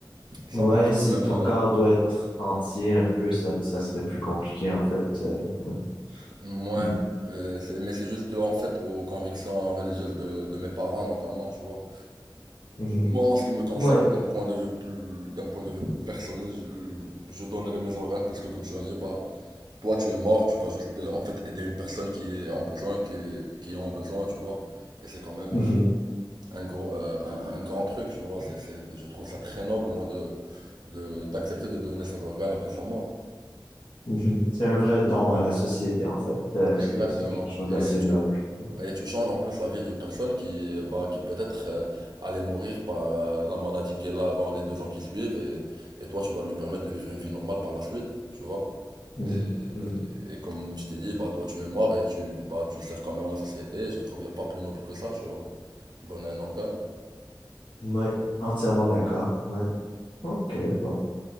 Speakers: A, on the right; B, on the left.
A: ça
B: Ouais,
A: va être
B: si
A: quand même,
B: ton
A: euh,
B: corps doit être entier un peu, ça, ça serait plus compliqué en fait. euh, ouais.
A: ouais,
B: Hmm.
A: euh, c'est- mais c'est juste, euh, en fait, aux convictions religieuses de, de mes parents, notamment, tu vois.
B: Mhm.
A: Moi, en ce qui me concerne,
B: Ouais.
A: d'un point de vue plus, d'un point de vue personnel, je, je donnerai mes organes, puisque, comme tu as dit, bah, Toi, tu es mort, tu vas juste euh, en fait aider une personne qui est en besoin, qui, qui en a besoin, tu vois. Et c'est quand même
B: Mhm.
A: euh, un gros, euh, un, un grand truc, tu vois. C'est, c'est- je trouve ça très noble, moi, de, de, d'accepter de donner ses organes après sa mort.
B: Mhm. C'est un vrai don à la société en fait. Euh, c'est,
A: Exactement.
B: c'est quelque chose d'assez
A: Et
B: noble.
A: tu
B: Ouais.
A: Et tu changes en plus la vie d'une personne qui, euh, bah, qui peut-être euh, allait mourir par euh, la maladie qu'elle a dans les deux ans qui suivent et, et toi tu vas lui permettre de vivre une vie normale par la suite, tu vois.
B: Mhm.
A: Et, et-
B: Mhm.
A: et comme je t'ai dit, bah, toi tu es mort et tu, bah, tu sers quand même à la société. et Je trouve qu'il n'y a pas plus noble que ça, tu vois. Donner un organe.
B: Mhm. Ouais. Entièrement d'accord. Ouais. OK, bon.